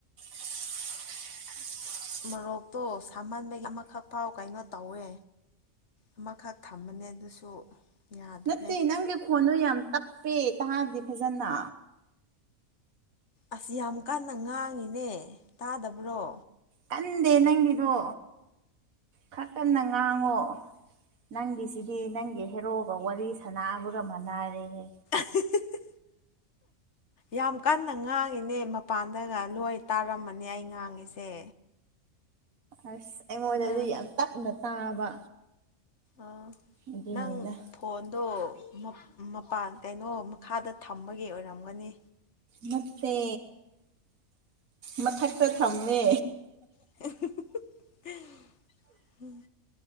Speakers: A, on the right (about 80°); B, on the left (about 60°).
A: <inaudible>
B: ꯃꯣꯔꯣꯛꯇꯣ ꯁꯥꯃꯟꯕꯒꯤ ꯑꯃꯈꯛ ꯐꯥꯎ ꯀꯩꯅꯣ ꯇꯧꯋꯦ ꯑꯃꯈꯛ ꯊꯝꯕꯅꯦ ꯑꯗꯨꯁꯨ ꯌꯥꯗ꯭ꯔꯦ
A: ꯅꯠꯇꯦ ꯅꯪꯒꯤ ꯈꯣꯟꯗꯨꯣ ꯌꯥꯝ ꯇꯞꯄꯦ ꯇꯥꯗꯦ ꯐꯖꯅ
B: ꯑꯁ ꯌꯥꯝ ꯀꯟꯅ ꯉꯥꯡꯉꯤꯅꯦ ꯇꯥꯗꯕ꯭ꯔꯣ
A: ꯀꯟꯗꯦ ꯅꯪꯒꯤꯗꯣ ꯈꯔ ꯀꯟꯅ ꯉꯥꯡꯉꯣ ꯅꯪꯒꯤꯁꯤꯗꯤ ꯅꯪꯒꯤ ꯍꯦꯔꯣꯒ ꯋꯥꯔꯤ ꯁꯥꯟꯅꯕꯒ ꯃꯥꯟꯅꯔꯦꯍꯦ
B: <unintelligible> ꯌꯥꯝ ꯀꯟꯅ ꯉꯥꯡꯉꯤꯅꯦ ꯃꯄꯥꯟꯗꯒ ꯂꯣꯏ ꯇꯥꯔꯝꯃꯅꯤ ꯑꯩ ꯉꯥꯡꯉꯤꯁꯦ
A: ꯑꯁ ꯑꯩꯉꯣꯟꯗꯗꯤ
B: ꯑꯗꯨ
A: ꯌꯥꯝ ꯇꯞꯅ ꯇꯥꯕ
B: ꯑ
A: ꯑꯗꯨꯅꯤꯗ
B: ꯅꯪ ꯐꯣꯟꯗꯣ ꯃꯄꯥꯟ ꯀꯩꯅꯣ ꯃꯈꯥꯗ ꯊꯝꯕꯒꯤ ꯑꯣꯏꯔꯝꯒꯅꯤ
A: ꯅꯥꯠꯇꯦ ꯃꯊꯛꯇ ꯊꯝꯃꯦ
B: <unintelligible> ꯎꯝ